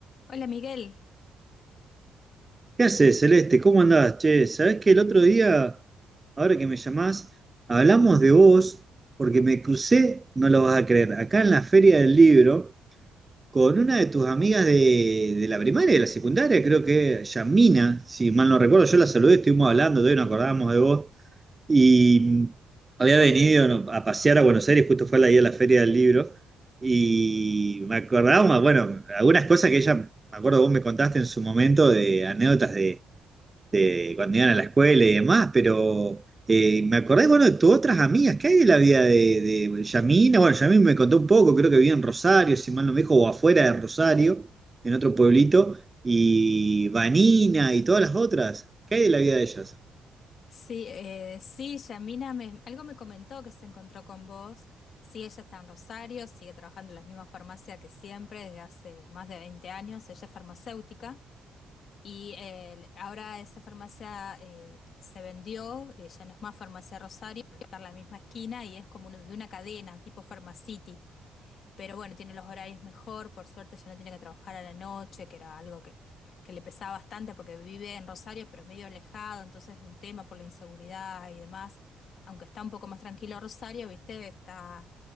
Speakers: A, on the left; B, on the right.
A: Hola Miguel,
B: ¿Qué haces, Celeste? ¿Cómo andás? Che, ¿sabés que el otro día, ahora que me llamás, hablamos de vos porque me crucé, no lo vas a creer, acá en la Feria del Libro con una de tus amigas de, de la primaria, y de la secundaria, creo que Yamina, si mal no recuerdo, yo la saludé, estuvimos hablando, todavía nos acordábamos de vos y había venido ¿no? a pasear a Buenos Aires, justo fue la día de la Feria del Libro y me acordábamos, bueno, algunas cosas que ella, me acuerdo vos me contaste en su momento de anécdotas de de cuando iban a la escuela y demás, pero eh, me acordé, bueno, de tus otras amigas, ¿qué hay de la vida de, de Yamina? Bueno, Yamina me contó un poco, creo que vivía en Rosario, si mal no me dijo, o afuera de Rosario, en otro pueblito, y Vanina y todas las otras, ¿qué hay de la vida de ellas?
A: sí, eh, sí, Yamina me, algo me comentó que se encontró con vos. Sí, ella está en Rosario, sigue trabajando en la misma farmacia que siempre desde hace más de 20 años. Ella es farmacéutica y eh, ahora esa farmacia eh, se vendió, eh, ya no es más farmacia Rosario, pero está en la misma esquina y es como una- de una cadena tipo Farmacity. pero bueno, tiene los horarios mejor, por suerte ya no tiene que trabajar a la noche, que era algo que, que le pesaba bastante porque vive en Rosario, pero medio alejado, entonces es un tema por la inseguridad y demás. Aunque está un poco más tranquilo Rosario, viste, está...